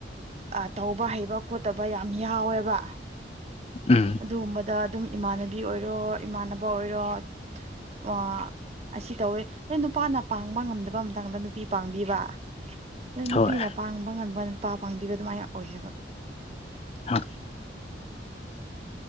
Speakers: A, on the right (about 35°); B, on the left (about 35°).
A: ꯑꯥ ꯇꯧꯕ ꯍꯩꯕ ꯈꯣꯠ ꯇꯕ ꯌꯥꯝ ꯌꯥꯎꯋꯦꯕ
B: ꯎꯝ
A: ꯗꯨꯒꯨꯝꯕꯗ ꯑꯗꯨꯝ ꯏꯃꯥꯟꯅꯕꯤ ꯑꯣꯏꯔꯣ ꯏꯃꯥꯟꯅꯕ ꯑꯣꯏꯔꯣꯠ ꯑꯥ ꯑꯁꯤ ꯇꯧꯋꯦ ꯑꯩ ꯅꯨꯄꯥꯅ ꯄꯥꯡꯕ ꯉꯝꯗꯕ ꯃꯇꯥꯡꯗ ꯅꯨꯄꯤ ꯄꯥꯡꯕꯤꯕ ꯑꯗꯨ ꯅꯨꯄꯤꯅ
B: ꯍꯣꯏ
A: ꯄꯥꯡꯕ ꯉꯟꯕ ꯅꯨꯄꯥ ꯄꯥꯡꯕꯤꯕ ꯑꯗꯨꯃꯥꯏꯅ ꯑꯣꯏꯌꯦꯕ
B: ꯍ